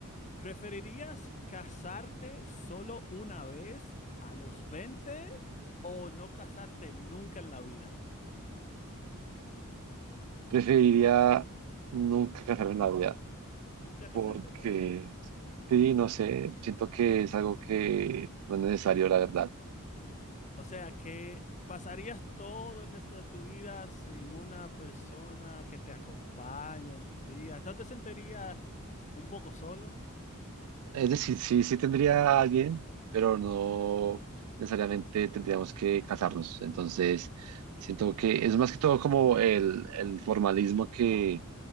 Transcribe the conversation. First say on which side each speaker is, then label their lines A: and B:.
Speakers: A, on the left; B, on the right.
A: ¿Preferirías casarte solo una vez a los 20 o no casarte nunca en la vida?
B: Preferiría nunca casarme en la vida,
A: ¿Nunca casarte
B: porque
A: en la vida?
B: sí, no sé, siento que es algo que no es necesario, la verdad.
A: O sea que pasarías todo el resto de tu vida sin una persona que te acompañe en tus días. ¿No te sentirías un poco solo?
B: Es decir, sí, sí tendría a alguien, pero no necesariamente tendríamos que casarnos. Entonces, siento que es más que todo como el, el formalismo que